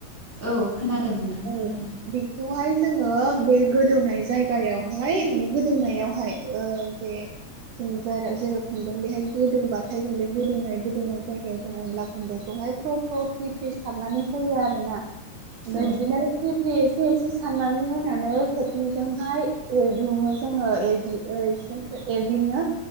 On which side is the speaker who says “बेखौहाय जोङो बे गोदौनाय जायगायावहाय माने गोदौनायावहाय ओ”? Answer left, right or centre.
Right